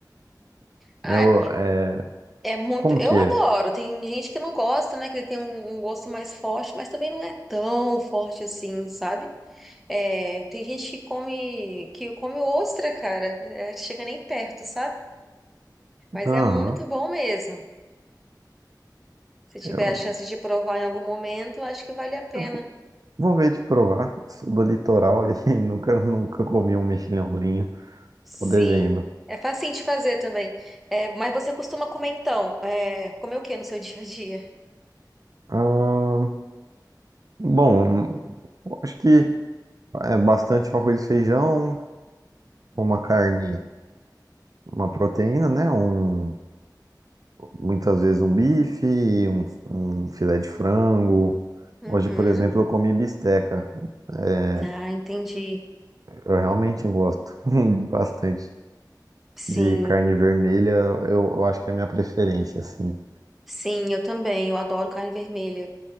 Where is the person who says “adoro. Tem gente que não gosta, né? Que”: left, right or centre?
Centre